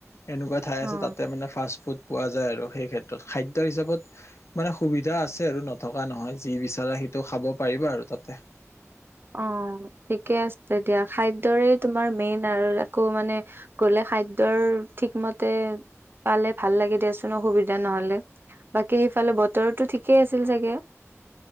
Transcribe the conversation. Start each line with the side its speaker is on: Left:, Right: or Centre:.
Left: এনেকুৱা ঠাই আছে
Right: অ
Left: তাতে মানে ফাষ্ট ফুড পোৱা যায় আৰু সেই ক্ষেত্ৰত খাদ্যৰ হিচাপত মানে সুবিধা আছে আৰু নথকা নহয়, যি বিচাৰা সেইটো খাব পাৰিবা আৰু তাতে।
Right: অ, ঠিকে আছে তেতিয়া খাদ্যৰে তোমাৰ মেইন আৰু আকৌ মানে গ'লে খাদ্যৰ ঠিকমতে পালে ভাল লাগে দিয়াচোন অসুবিধা নহ'লে, বাকী সেইফালে বতৰতো ঠিকেই আছিল চাগে?